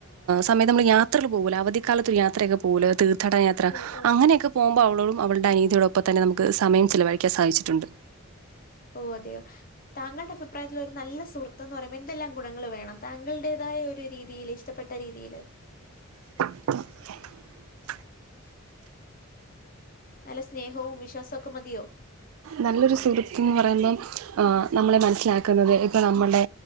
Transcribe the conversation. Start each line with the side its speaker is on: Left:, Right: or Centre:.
Right: സമയം നമ്മൾ യാത്ര പോവൂല അവധിക്കാലത്ത് ഒരു യാത്രയൊക്കെ പോവൂല തീർത്ഥട യാത്ര
Left: ഓ, ഓ.
Right: അങ്ങനെയൊക്കെ പോകുമ്പൾ അവളോടും അവൾടെ അനിയത്തിയോടൊപ്പതന്നെ നമുക്ക് സമയം ചിലവഴിക്കാൻ സാധിച്ചിട്ടുണ്ട്
Left: ഓ അതെയോ താങ്കളുടെ അഭിപ്രായത്തിൽ ഒരു നല്ല സുഹൃത്ത് എന്ന് പറയുമ്പോ എന്തെല്ലാം ഗുണങ്ങൾ വേണം താങ്കൾടേതായ ഒരു രീതിൽ ഇഷ്ടപ്പെട്ട രീതിയില്
Right: <inaudible>
Left: നല്ല സ്നേഹവും വിശ്വാസഒക്കെ മതിയോ
Right: നല്ലൊരു സുഹൃത്ത് എന്ന് പറയുമ്പം ആ നമ്മളെ മനസ്സിലാക്കുന്നത് ഇപ്പൊ നമ്മടെ